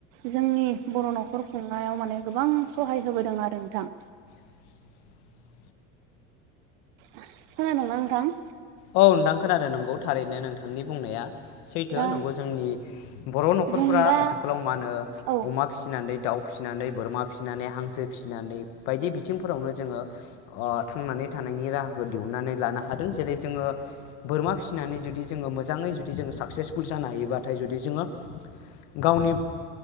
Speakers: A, on the right; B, on the left.
A: जोंनि बर' न'खर खुंनायाव माने गोबां सहाय होबोदों आरो नोंथां।
B: <inaudible>
A: खोनादों ना नोंथां?
B: औ नोंथां खोनादों नोंगौ। थारैनो नोंथांनि बुंनाया सैथो
A: दा
B: नंगौ जोंनि बर' न'खरफोरा
A: जों दा
B: आथिखालाव मा होनो
A: औ
B: अमा फिसिनानै दाउ फिसिनानै बोरमा फिसिनानै हांसो फिसिनानै बायदि बिथिंफोरावनो जोङो ओ थांनानै थानायनि राहा फोर दिहुननानै लानो हादों जेरै जोङो बोरमा फिसिनानै जुदि जोङो मोजाङै जुदि जोङो साक्सेसफुल जानो हायोबाथाय जुदि जोङो गावनि